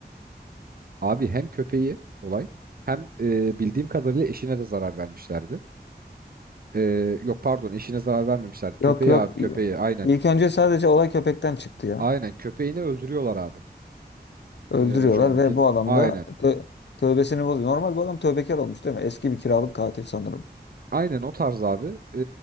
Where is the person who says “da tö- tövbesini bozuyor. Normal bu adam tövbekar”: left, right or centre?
Left